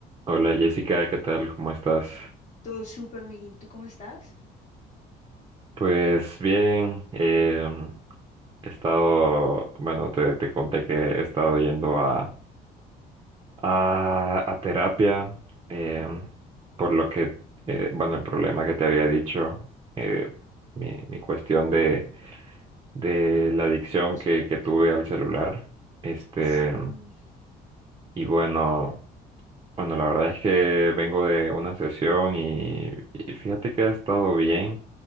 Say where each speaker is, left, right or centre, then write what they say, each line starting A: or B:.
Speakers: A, on the right; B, on the left.
A: Hola Jessica, ¿qué tal? ¿Cómo estás?
B: Todo súper, Miguel. ¿Y tú cómo estás?
A: Pues bien, em, he estado, bueno, te, te conté que he estado yendo a, a, a terapia, em,
B: Ujú.
A: por lo que, eh, bueno, el problema que te había dicho, eh, mi, mi cuestión de, de
B: Sí,
A: la adicción
B: sí.
A: que, que tuve al celular. Este,
B: Sí.
A: y bueno, bueno, la verdad es que vengo de una sesión y, y fíjate que ha estado bien.